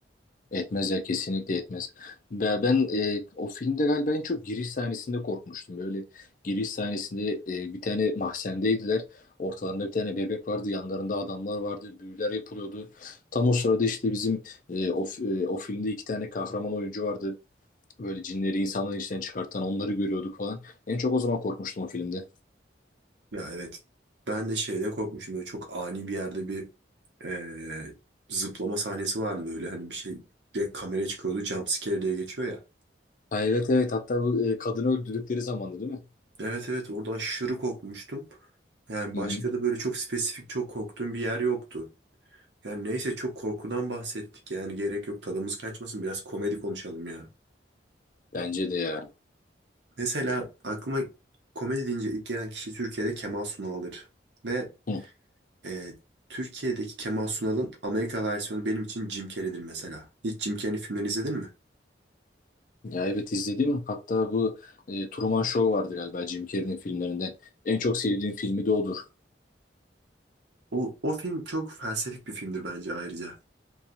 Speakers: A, on the left; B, on the right.
A: Etmez ya kesinlikle etmez. Ben, ben e, o filmde galiba en çok giriş sahnesinde korkmuştum. Böyle giriş sahnesinde e, bir tane mahzendeydiler. Ortalarında bir tane bebek vardı. Yanlarında adamlar vardı. Büyüler yapılıyordu. Tam o sırada işte bizim e, o, f- e, o filmde iki tane kahraman oyuncu vardı. Böyle cinleri insanların içinden çıkartan onları görüyorduk falan. En çok o zaman korkmuştum o filmde.
B: Ya evet ben de şeyde korkmuşum böyle çok ani bir yerde bir eee, zıplama sahnesi vardı böyle hani bir şey direkt kameraya çıkıyordu jumpscare diye geçiyor ya.
A: Ha, evet evet hatta bu e, kadını öldürdükleri zamandı değil mi?
B: Evet evet orada aşırı korkmuştum. Yani
A: Hı
B: başka
A: hı.
B: da böyle çok spesifik çok korktuğum bir yer yoktu. Yani neyse çok korkudan bahsettik yani gerek yok tadımız kaçmasın biraz komedi konuşalım ya.
A: Bence de ya.
B: Mesela aklıma komedi deyince ilk gelen kişi Türkiye'de Kemal Sunal'dır. Ve
A: Hı
B: eee, Türkiye'deki Kemal Sunal'ın Amerika versiyonu benim için Jim Carrey'dir mesela. Hiç Jim Carrey'in filmlerini izledin mi?
A: Ya evet izledim. Hatta bu e, Truman Show vardı galiba Jim Carrey'nin filmlerinden. En çok sevdiğim filmi de odur.
B: O, o film çok felsefik bir filmdir bence ayrıca.